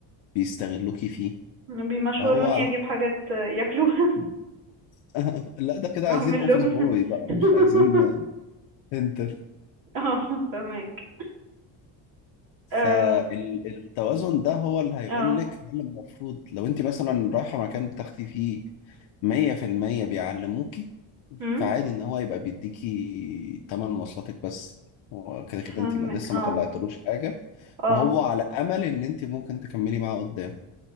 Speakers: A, on the left; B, on the right.
A: بيستغلوكي فيه
B: بيمشوروني
A: فهو على
B: اجيب حاجات ياكلوها
A: <laughs> لا ده كده
B: اعمل
A: عايزين اوفيس
B: لهم
A: بوي بقى
B: <laughs>
A: مش عايزين انت
B: اه فهمك
A: فالتوازن
B: اه
A: ده هو اللي هيقول
B: اه
A: لك هل المفروض لو انت مثلا رايحه مكان بتاخدي فيه مية في المية بيعلموكي
B: أم،
A: فعادي ان هو يبقى بيديكي تمن مواصلاتك بس هو كده كده
B: فهمك
A: انت لسه
B: اه
A: ما طلعتلوش حاجة
B: اه
A: وهو على امل ان انت ممكن تكملي معاه قدام